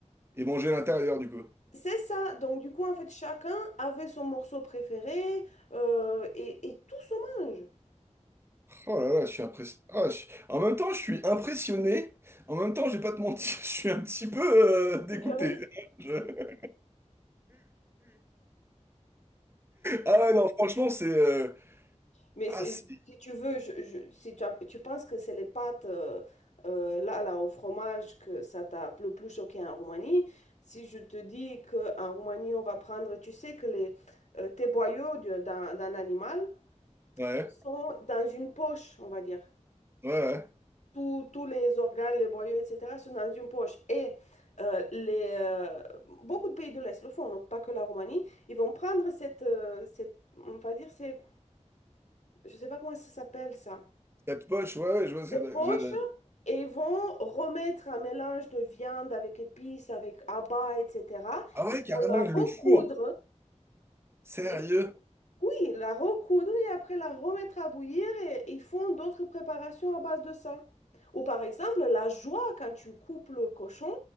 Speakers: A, on the right (about 20°); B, on the left (about 75°).
A: Et manger à l'intérieur, du coup.
B: C'est ça. Donc, du coup, en fait, chacun avait son morceau préféré euh, et, et tout se mange.
A: Oh là là, je suis impressionné. En même temps, je suis impressionné. En même temps, je vais pas te mentir, <laughs> je suis un petit peu euh, dégoûté.
B: Écœuré.
A: <laughs> Je- Ah ouais, non, franchement, c'est... euh,
B: Mais
A: Ah
B: c'est-
A: si,
B: si tu veux, je- je- si tu, as- tu penses que c'est les pâtes euh, euh, là, là, au fromage que ça t'a le plus choqué en Roumanie, si je te dis qu'en Roumanie, on va prendre, tu sais que les euh, tes boyaux de- d'un d'un animal
A: ouais,
B: sont dans une poche, on va dire.
A: ouais, ouais.
B: Tous tous les organes, les boyaux, etc., sont dans une poche. Et euh, les, euh, beaucoup de pays de l'Est le font, donc pas que la Roumanie, ils vont prendre cette, euh, cette on va dire, c'est, je sais pas comment ça s'appelle ça.
A: Quatre poches, ouais, ouais, je vois ce
B: cette
A: que...
B: poche
A: je-
B: et ils vont remettre un mélange de viande avec épices, avec abats, etc.
A: Ah ouais,
B: Ils vont
A: carrément,
B: la
A: il
B: recoudre,
A: le fourre. Sérieux?
B: bien sûr. oui, la recoudre et après la remettre à bouillir et ils font d'autres préparations à base de ça. Ou par exemple, la joie quand tu coupes le cochon,